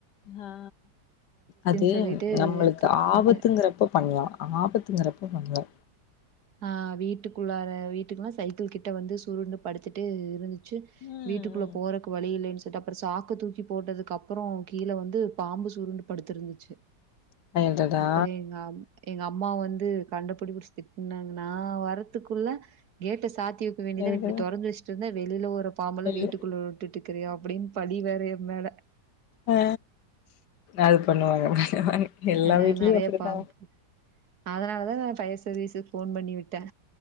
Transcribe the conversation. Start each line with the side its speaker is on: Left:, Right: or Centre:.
Left: அ அது
Right: சொல்லிட்டு
Left: நம்மளுக்கு
Right: எடுத்துட்டுந்துட்டேன்
Left: ஆபத்துங்கறப்ப பண்லா ஆபத்துங்கறப்ப பண்லா
Right: அ வீட்டுக்குள்ளார வீட்டுக்குல்ல சைக்கிள் கிட்ட வந்து சுருண்டு படுத்துட்டு இருந்துச்சு
Left: ம்
Right: வீட்டுக்குள்ள
Left: ம்
Right: போறக்கு வழி இல்லேன் சொல்லிட்டு அப்பறோ சாக்க தூக்கி போட்டதுக்கப்பறோ கீழ வந்து பாம்பு சுருண்டு படுத்திருந்துச்சு
Left: <inaudible> அடடா
Right: அப்பறோ எங்கம் எங்கம்மா வந்து கண்டபடி புடுச்திட் ஏன்னா நா வரத்துக்குள்ள கேட்ட சாத்தி வக்க வேண்டிதான
Left: எது
Right: இப்டி தொறந்து வச்ட்டிருந்தா வெளில ஒரு பாம்பல
Left: எல்
Right: வீட்டுக்குள்ள விட்டுட்டுக்றியா அப்டின்னு பழி வேற என் மேல
Left: அ அது பண்ணுவாங்க எல்லா
Right: அஹ்
Left: வீட்லயு
Right: நெறைய
Left: அப்டிதா
Right: பாம்பு அ அ அ அ அ நெறையா பாம்பு அதனாலதா நா ஃபயர் சர்வீஸுக்கு போன் பண்ணி விட்ட